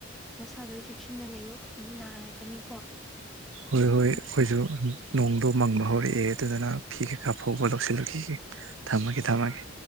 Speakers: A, in the centre; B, on the right.
A: ꯅꯁꯥꯗꯣ ꯆꯦꯛꯁꯤꯟꯅ ꯂꯩꯌꯣ ꯑꯃꯨꯛ ꯅꯥꯔꯛꯀꯅꯤꯀꯣ
B: ꯍꯣꯏ ꯍꯣꯏ
A: ꯊꯝꯃꯦ
B: ꯑꯩꯈꯣꯏꯁꯨ ꯅꯣꯡꯗꯣ ꯃꯪꯕ ꯍꯧꯔꯛꯑꯦ ꯑꯗꯨꯗꯨꯅ ꯐꯤ ꯀꯩꯀꯥ ꯐꯥꯎꯕ ꯂꯧꯁꯤꯜꯂꯈꯤꯒꯦ ꯊꯝꯃꯒꯦ ꯊꯝꯃꯒꯦ